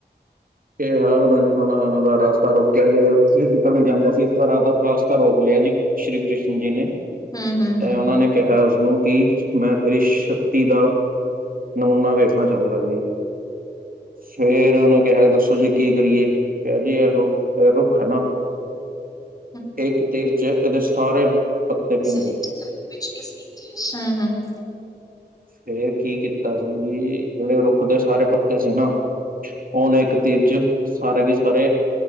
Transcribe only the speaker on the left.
ਹਾ, ਹਾ,
ਹਾ।
<unintelligible>
<inaudible>